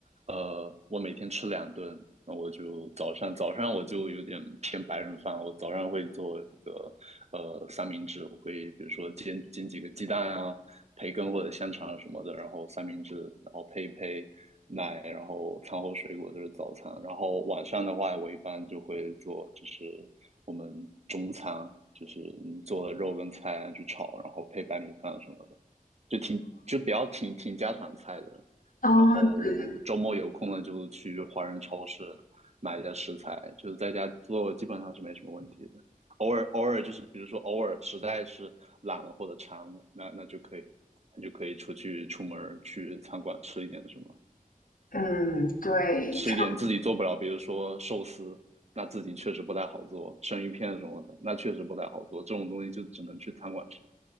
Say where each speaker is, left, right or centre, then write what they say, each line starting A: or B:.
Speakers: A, on the right; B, on the left.
A: 呃，我每天吃两顿，那我就早上早上我就有点偏白人饭，我早上会做一个呃三明治，我会比如说煎煎几个鸡蛋啊，培根或者香肠什么的，然后三明治，然后配一配奶，然后餐后水果这是早餐，然后晚上的话，我一般就会做就是我们中餐，就是你做的肉跟菜啊去炒，然后配白米饭什么的。就挺就比较挺挺家常菜的。
B: 啊
A: 然后周末有空了就去华人超市买一下食材，
B: 对对，
A: 就是在家做基本上是没什么问题的。偶尔偶尔就是比如说偶尔实在是懒了或者馋了，那那就可以那就可以出去出门儿去餐馆吃一点什么，
B: 嗯，对，
A: 吃一点自己做不了，比如说寿司，那自己确实不太好做，生鱼片什么的，那确实不太好做，这种东西就只能去餐馆吃。